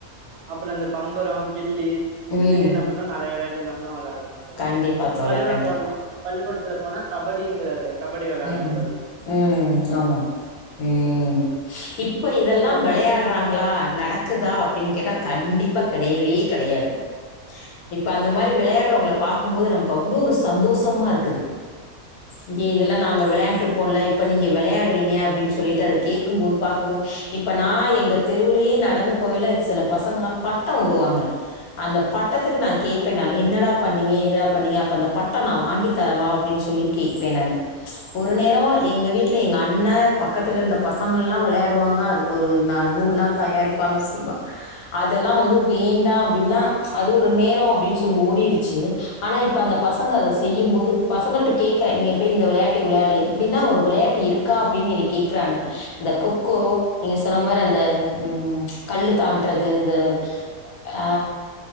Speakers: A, on the right; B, on the left.
A: அப்ற அந்த பம்பர கிள்ளி இது
B: ம்
A: மாரி என்ன பண்றாங்க நெறய வெளயாட் நம்பலு வெளயா இருக்கு தோழி
B: கண்டிப்பா தோழர்
A: பள்ளிக்கூட
B: கண்டிப்பா
A: போணு பள்ளிக்கூடத்ல போனா கபடிங்கிறது கபடி விளையாடுவோம்
B: ம்
A: தோழி
B: ம் ஆமா ம்
A: உம்
B: இப்ப இதெல்லா
A: அப்புறம்
B: விளயாடறாங்களா
A: சின்
B: நடக்குதா அப்பிடின்னு கேட்டா கண்டிப்பா கெடையவே கெடையாது இப்ப அந்த மாரி விளையாடுறவங்கள பாக்கும்போது நமக்கு அவ்ளோ சந்தோஷமா இருக்குது இங்கே இதெல்லா நாங்க விளையாண்டுருப்போல இப்ப நீங்க விளையாடுறீங்க அப்பிடின்னு சொல்லிட்டு அத கேட்கு போது பாக்கும்போது இப்ப நா எங்க தெருவுலயே நடந்து போகல சில பசங்களா பட்டொவுடுவாங்க அந்த பட்டத்துக்கு நா கேட்பே நானு என்னடா பண்ணீங்க ஏதுடா பண்ணீங்க அப்ப அந்த பட்டொநா வாங்கி தரவா அப்பிடினு சொல்லி கேப்பே நானு ஒரு நேரோ எங்க வீட்ல எங்க அண்ண பக்கத்துல இருந்த பசங்களா விளையாடுவாங்க அதுக்கு ஒரு ந நூல்லா தயாரிப்பாங்க செய்வாங்க அதெல்லா வந்து வேண்டா அப்பிடின்னா அது ஒரு நேரோ அப்பிடி சொல்லி ஓடிரிச்சி ஆனா இப்ப அந்த பசங்க அத செய்யு போது பசங்கள்ட்ட கேக்குறே நீ எப்பி இந்த விளையாட்ட விளையாட இப்பிடின்னா ஒரு விளையாட்டு இருக்கா அப்பிடின் என்ன கேக்கிறானுங்க இந்த கொக்கோ நீங்க சொன்ன மாரி அந்த ம் கள்ளுத்தான் ட்றது இந்த
A: கபட்
B: ஆ